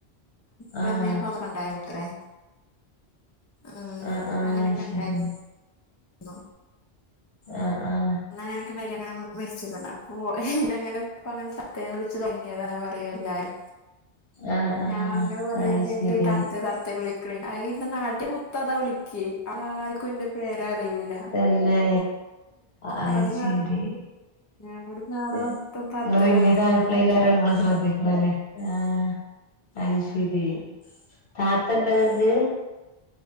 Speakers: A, on the left; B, on the left.
A: പ്രമേഹ
B: ആഹ്
A: അത് ക്കൊണ്ടായിരുന്നത്രേ ഉം
B: ആഹ് ആഹ്
A: അങ്ങനൊക്കൊണ്ടായിരുന്നു
B: ശരി
A: ലോ
B: ആഹ് ആഹ്
A: എന്നങ്ങനൊക്കൊര് അങ്ങനെ മരിച്ചിട്ടണ്ട് അപ്പോ ഇന്നെങ്ങനെ ഇപ്പ അങ്ങനെ തത്തേന്ന് വിളിച്ചു തൊടങ്ങിയതാണെന്ന് പറയൂ എല്ലാരും
B: ആഹ് ആഹ്
A: ഞാൻ അങ്ങനെ പറയ്ന്ന്ണ്ട്
B: അത് ശരി
A: തത്തേ തത്തേ വിളി <unintelligible> അയ്ന്നെ നാട്ടി മൊത്താതാ വിളിക്യേ ആ ആർക്കും ഇന്റെ പേരറിയൂല
B: തന്നെ അയ്
A: അവിടുന്ന്
B: ശരി
A: അവിടുന്ന് ആടെ
B: നിങ്ങള്
A: മൊത്തം താത്തേ
B: വല്യതാ
A: താത്തേന്നാ
B: പ്ലെയ്കാരങ്ങള്
A: വിളിക്ക
B: ശ്രദ്ധിക്കണംല്ലേ ആഹ് അയ് ശെരി താത്തണ്ടോങ്ങക്ക്